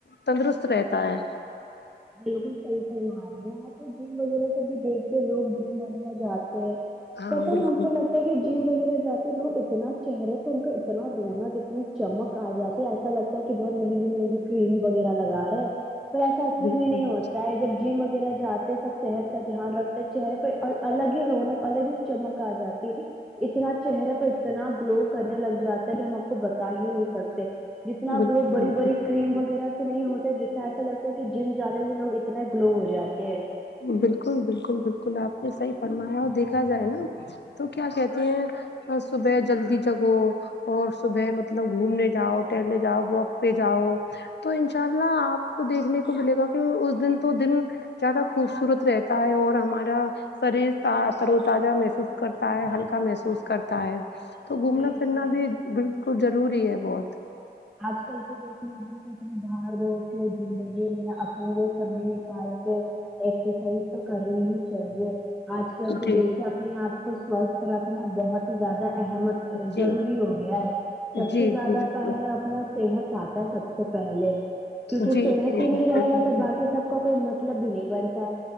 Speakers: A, on the left; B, in the centre.
A: تندرست رہتا ہے
B: بالکل صحیح فرما رہی ہو آپ جیم وغیرہ سے بھی دیکھیے لوگ جیم وغیرہ جاتے ہیں
A: ہاں
B: پتا
A: بالکل
B: نہیں ہم کو لگ کہ جیم وغیرہ جاتے لوگ اتنا چہرے پہ ان کا اتنا رونق اتنی چمک آ جاتے ایسا لگتا ہے کہ بہت مہنگی مہنگی کریم وغیرہ لگ رہے ہیں پر ایسا میں
A: بالکل
B: نہیں ہوتا ہے جب جم وغیرہ جاتے سب صحت کا دھیان رکھتے چہرے پہ اور الگ ہی رونق الگ ہی چمک آ جاتی ہے اتنا چہرے پر اتنا گلو کرنے لگ جاتا ہے کہ ہم آپ کو بتا ہی نہیں سکتے جتنا
A: بالکل
B: گو بڑی
A: بالکل
B: بڑی کریم وغیرہ سے نہیں ہوتے جسے ایسا لگتا کہ جم جانے سے لوگ اتنا گلو ہو جاتے ہیں
A: بالکل بالکل بالکل آپ نے صحیح فرمایا اور دیکھا جائے نا تو کیا کہتے ہیں صبح جلدی جگو اور صبح مطلب گھومنے جاؤ ٹہلنے جاؤ واک پہ جاؤ تو انشاء اللہ آپ کو دیکھنے کو ملے گا کہ اس دن تو دن زیادہ خوبصورت رہتا ہے اور ہمارا شریر ت تر و تازہ محسوس کرتا ہے ہلکا محسوس کرتا ہے تو گھومنا
B: بالکل
A: پھرنا بھی بالکل ضروری ہے بہت
B: آج کل تو دیکھے ج اپنے <unintelligible> زندگی میں اپنے یہ سمے نکال کے ایکسرسائز تو کرنی ہی چاہیے آج کل سے
A: جی
B: دیکھے اپنے آپ کو سوستھ رکھنا بہت ہی زیادہ احمت ضروری
A: جی جی
B: ہو گیا ہے سب
A: جی
B: سے زیادہ
A: بالکل
B: پہلے اب اپنا صحت آتا ہے سب سے پہلے کیونکہ
A: جی
B: صحت
A: جی بالکل
B: ہی نہیں رہے گا
A: بالکل
B: تو باقی سب کا کوئی مطلب بھی نہیں بنتا ہے